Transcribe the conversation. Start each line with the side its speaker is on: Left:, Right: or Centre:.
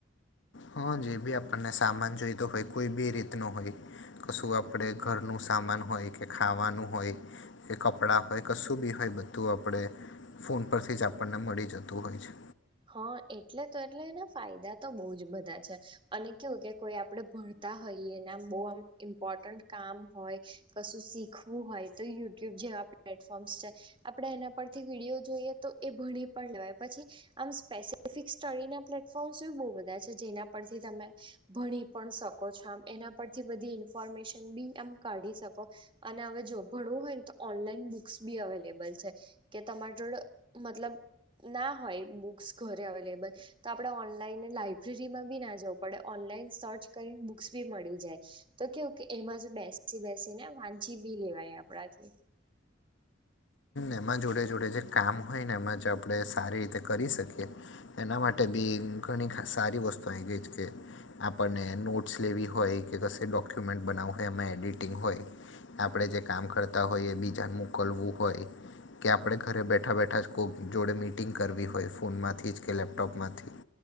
Left: હા જે બી આપણને સામાન જોઈતો હોય કોઈ બી રીતનો હોય કશું આપ આપણે ઘરનું સામાન હોય કે ખાવાનું હોય કે કપડાં હોય કશું બી હોય બધું આપણે ફોન પરથી જ આપણને મળી જતું હોય છે.
Right: હા એટલે તો એટલે એના ફાયદા તો બહુ જ બધા છે. અને કેવું કે કોઈ આપડે ભણતા હોઈયએ, ને આમ બહુ આમ ઇમ્પોર્ટન્ટ કામ હોય કશું શીખવું હોય તો યુટ્યુબ જેવા પ્લેટફોર્મ્સ છે. આપડે એના પરથી વિડીયો જોઈએ, તો એ ભણી પણ લેવાય પછી આમ સ્પેસિફિક સ્ટડીના પ્લેટફોર્મ્સ એ બહુ બધા છે જેના પરથી તમે ભણી પણ શકો છો, આમ એના પરથી બધી ઇન્ફોર્મેશન બી આમ કાઢી શકો. અને હવે જો ભણવું હોય ને તો ઓનલાઈન બુક્સ બી અવેલેબલ છે. કે તમારી જોડે મતલબ ના હોય બુક્સ ઘરે અવેલેબલ તો આપણે ઓનલાઈન લાઈબ્રેરીમાં બી ના જવું પડે ઓનલાઈન સર્ચ કરીને બુક્સ બી મળી જાય. તો કેવું કે એમાં જો બેસી બેસીને વાચી બી લેવાય આપણાથી.
Left: એમાં જોડે જોડે જે કામ હોય ને એમાં જ આપણે સારી રીતે કરી શકીએ. એના માટે બી ઘણી સારી વસ્તુ આવી ગઈ છે કે આપણને નોટ્સ લેવી હોય કે કશે ડોક્યુમેન્ટ બનાવું હોય એમાં એડિટિંગ હોય આપણે જે કામ કરતા હોઈએ બીજાને મોકલવું હોય કે આપણે ઘરે બેઠા બેઠા જ કોઈ જોડે મીટિંગ કરવી હોય ફોનમાંથી જ કે લેપટોપમાંથી.